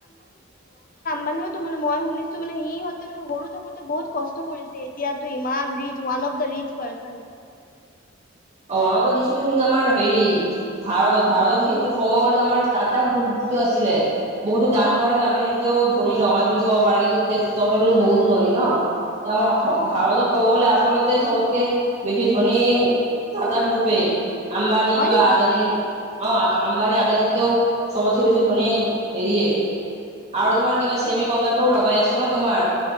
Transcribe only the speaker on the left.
মানেওো মানে মই শুনিছো মানে সিহতে মানে সৰু থাকোতে বহুত কষ্ট কৰিছে এতিয়াতো ইমান ৰিচ ওান। চপ দৰি ৰিচ পাৰচন।
অ
অ
অ
হয়
নেকি